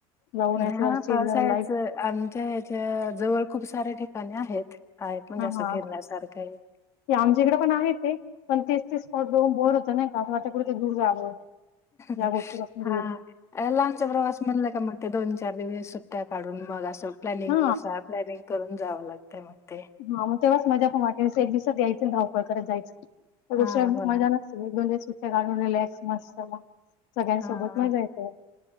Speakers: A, on the left; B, on the left.
A: जाऊन
B: हा
A: यायचं चिल
B: पावसा
A: लाईफ
B: याच आमच्या ह्याच्या जवळ खूप सऱ्या ठिकाणी आहेत. आहेत म्हणजे
A: हा
B: असं
A: हा
B: फिरण्यासारखं आहे
A: ते आमच्याकडे पण आहे ते पण तेच ते स्पॉट घुन बोर होत. नाही का अस वाटते कुठे तरी दूर जावं या
B: हां
A: गोष्टीपासून दूर
B: हा. अ लामचा प्रवास म्हणला का मग ते दोन, चार दिवस सुट्ट्या काढून मग असं प्लॅनिंग
A: हा
B: नुसार, प्लॅनिंग करून जावं लागतंय मग ते.
A: हा मग तेव्हाच मजा पण वाटेल, एक दिवसात यायचं अन धावपळ करत जायचं गोष्ट
B: हा हो
A: मजा
B: ना
A: एक, दोन दिवस सुट्ट्या काढून रिलॅक्स मस्त सगळ्यां
B: हा.
A: सोबत मजा येते